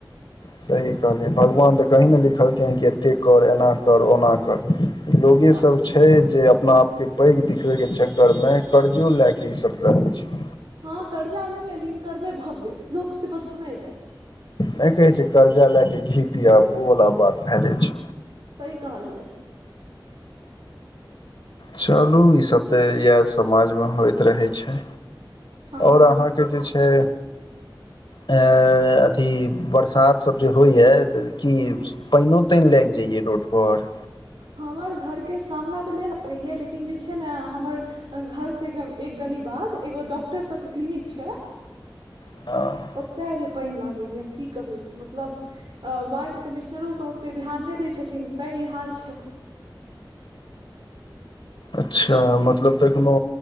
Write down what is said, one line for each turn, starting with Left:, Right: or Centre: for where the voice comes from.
Left: सही कहलियै भगवान तऽ कहीँ ने लिखलकिन हँ कि एते कर एना कर ओना कर लोगे
Right: न
Left: सभ छै जे अपना आपके पैघ दिखबैके चक्करमे कर्जो लए कऽ ई सभ करै छै
Right: ह, कर्जा लेबै लेकिन करबै भव्य लोक से बस सुनैले।
Left: नै कहै छै कर्जा लए के घी पिआबू ओ वला बात भए जाइ छै
Right: सही कहलियै।
Left: चलू इ सभ तऽ इएह समाज मे होइत रहै छै
Right: हँ
Left: और अहाँकेँ जे छै हे अथी बरसात सब जे होइया तऽ की पानि तानि लागी जइयए रोड पर?
Right: हमर घर के सामना तऽ नहि लागैया लेकिन जे छै ने हमर घर से एक गली बाद एगो डॉक्टर सभके क्लीनिक छै
Left: हँ
Right: ओतय जे पानि लागै ये, हम की कहू, मतलब वार्डमे। कमिश्नरो सभ ओतेक ध्यान नहि दैत छथिन, तैँ ई हाल छै।
Left: अच्छा मतलब तखनो